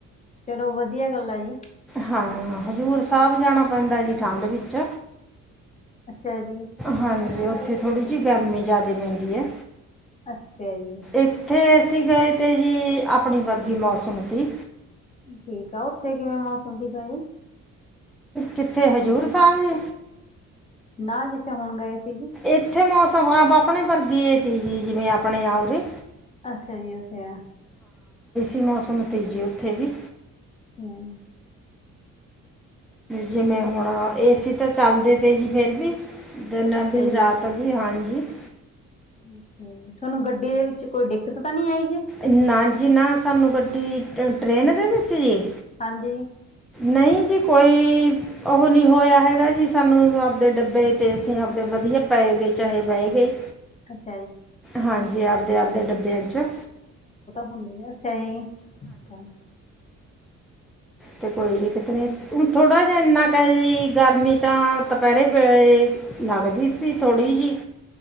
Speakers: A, on the left; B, in the centre.
A: ਚਲੋ ਵਧੀਆ ਗੱਲਾਂ ਜੀ
B: ਹਾਂ ਹਜ਼ੂਰ ਸਾਹਿਬ ਜਾਣਾ ਪੈਂਦਾ ਜੀ ਠੰਡ ਵਿੱਚ
A: ਅੱਛਾ ਜੀ-
B: ਹਾਂਜੀ ਉੱਥੇ ਥੋੜੀ ਜਿਹੀ ਗਰਮੀ ਜਿਆਦਾ ਪੈਂਦੀ ਹੈ
A: ਅੱਛਾ ਜੀ
B: ਇੱਥੇ ਅਸੀਂ ਗਏ ਤੇ ਜੀ ਆਪਣੀ ਵਰਗੀ ਮੌਸਮ ਤੇ
A: ਠੀਕ ਆ ਉੱਥੇ ਕਿਵੇਂ ਮੌਸਮ ਦੀ ਖਣੀ
B: ਕਿੱਥੇ ਹਜ਼ੂਰ ਸਾਹਿਬ ਜੀ
A: ਨਾ ਜਿੱਥੇ ਹੁਣ ਗਏ ਸੀ ਜੀ,
B: ਇੱਥੇ ਮੌਸਮ ਆਪਣੇ ਵਰਗੇ ਤੇ ਜੀ ਜਿਵੇਂ ਆਪਣੇ ਆਓਰੇ
A: ਅੱਛਾ ਜੀ ਅੱਛਾ
B: ਏ ਮੌਸਮ ਤੇ ਠੀਕ ਉੱਥੇ ਵੀ
A: ਹੂੰ
B: ਜਿਵੇਂ ਹੁਣ ਏਸੀ ਤਾਂ ਚੱਲਦੇ ਤੇ ਜੀ ਫੇਰ ਵੀ ਦਿਨ
A: ਅੱਛਾ
B: ਵੀ
A: ਜੀ,
B: ਰਾਤ ਵੀ ਹਾਂਜੀ <inaudible>
A: ਅੱਛਾ ਤੁਾਨੂੰ ਗੱਡੀ ਦੇ ਵਿੱਚ ਕੋਈ ਦਿੱਕਤ ਤਾਂ ਨਹੀਂ ਆਈ ਜੀ?
B: ਨਾਜੀ ਨਾ ਸਾਨੂੰ ਗੱਡੀ, ਟਰੇਨ ਦੇ ਵਿੱਚ ਜੀੇ
A: ਹਾਂਜੀ।
B: ਨਹੀਂ ਜੀ ਕੋਈ ਉਹ ਨਹੀਂ ਹੋਇਆ ਹੈਗਾ ਜੀ ਸਾਨੂੰ ਆਪਦੇ ਡੱਬੇ ਤੇ ਏ ਸੀਂ ਆਪਦੇ ਵਧੀਆ ਪਏ ਰਏ ਚਾਹੇ ਬਹਿ ਗਏ
A: ਅੱਛਾ <inaudible>
B: ਹਾਂਜੀ ਆਪਦੇ ਆਪਦੇ ਡੱਬਿਆਂ ਚ
A: ਹੁੰਦੇ ਹੈ ਅਸੀਂ ਸਹੀ
B: ਤੇ ਕੋਈ ਨ ਕਿਤੇ ਨੇ ਹੁਣ ਥੋੜ੍ਹਾ ਜੀ ਇੰਨਾ ਕ ਜੀ ਗਰਮੀ ਤਾਂ ਦੁਪਹਿਰੇ ਵੇਲੇ ਲਗਦੀ ਸੀ। ਥੋੜੀ ਜਿ